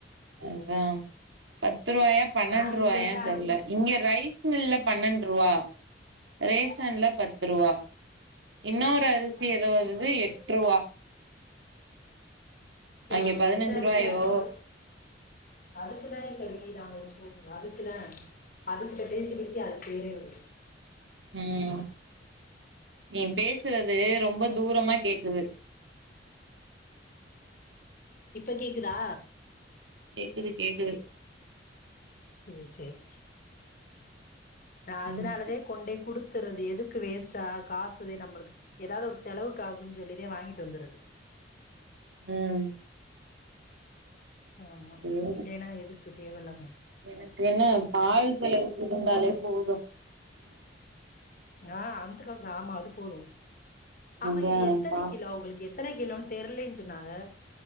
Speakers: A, on the right; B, on the left.
A: அதா பத்து ருவாயா பன்னெண்ட்ருவாயான்னு
B: நா இவங்கள்ட்ட
A: தெர்ல இங்க ரைஸ் மில்ல பன்னெண்ட் ருவா ரேஷன்ல பத்து ருவா இன்னொரு
B: இங்க
A: அரிசி
B: பதினஞ்சு
A: ஏதோ வருது
B: ரூபா
A: எட்ருவா
B: ஏ
A: அங்க
B: அவ
A: பதினஞ்சு
B: எந்த அரிசியா
A: ரூவாயோ
B: இருக்கு அதுக்கு தா நீ <unintelligible> அதுக்கு தா அதுகிட்ட பேசிப் பேசி அது பேரே வரு
A: ம் நீ பேசுறது ரொம்ப தூரமா கேக்குது
B: இப்ப கேக்குதா
A: கேக்குது கேக்குது
B: சேர் சேரி நா அதுனால
A: ம்
B: தே கொண்டே குடுத் த்துற்றது எதுக்கு வேஸ்ட்டா காசு தே நம்மளுக் ஏதாவது ஒரு செலவுக் ஆகுன் சொல்லிதே வாங்கிட்டு வந்துறது
A: ம்
B: ஆமா
A: சேரி
B: இல்லைன்னா எதுக்கு தேவல்லாம
A: எனக்கு என்ன பால் செலவுக்கு இருந்தாலே போதூ
B: ஆ அந்த காசு ஆமா அது போதூ ஆமா
A: அதா
B: இது எத்தன
A: பா
B: கிலோ அவுகுளுக்கு எத்தன கிலோன்னு தெர்லி ஞ்சொன்னாங்க